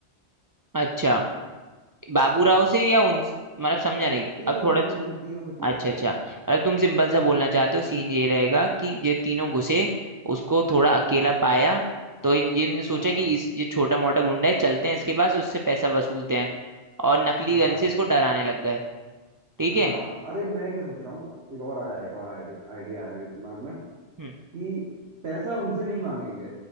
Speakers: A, on the right; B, on the right.
A: अच्छा बाबू
B: हाँ
A: राव से या
B: अ,
A: उन मतलब समझा नहीं
B: तीनों
A: अब थोड़ा
B: से तीनों से तीनों
A: अच्छा
B: से तीनों से
A: अच्छा अगर तुम सिंपल सा बोलना चाहते हो सीन ये रहेगा कि ये तीनों घुसे उसको थोड़ा अकेला
B: हाँ
A: पाया तो इन जिन सोचा
B: हाँ
A: कि इस ये छोटा मोटा गुंडा है चलते हैं इसके पास उससे पैसा वसूलते हैं और नकली
B: हाँ
A: गन से इसको डराने लग गए ठीक है
B: हाँ अरे मैं क्या सोच रहा हूँ एक और आया एक और आइडिया आइडिया आया मेरे दिमाग में
A: हम्म
B: कि पैसा उनसे नहीं मांगेंगे